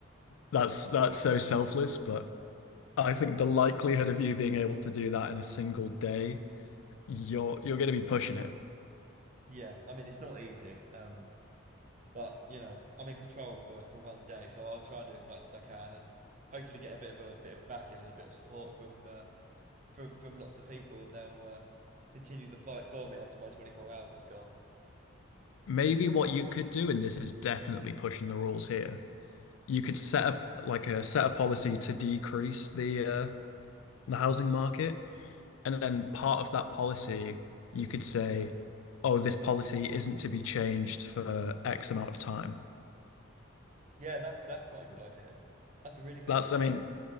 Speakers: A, on the left; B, on the right.
A: that's that's so selfless, but I think the likelihood of you being able to do that in a single day, you're you're going to be pushing it.
B: Yeah, I mean it's not easy, um, but you know I'm in control for for one day, so I'll try and do as much as I can, and hopefully get a bit of a bit of backing and a bit of support from uh, from from lots of people, and they'll uh, continue the fight for me after my 24 hours is gone.
A: Maybe what you could do, and this is definitely pushing the rules here, you could set up like a set a policy to decrease the uh, the housing market. And then part of that policy, you could say, oh, this policy isn't to be changed for X amount of time.
B: Yeah, that's that's quite a good idea. That's a really good
A: That's,
B: idea.
A: I mean,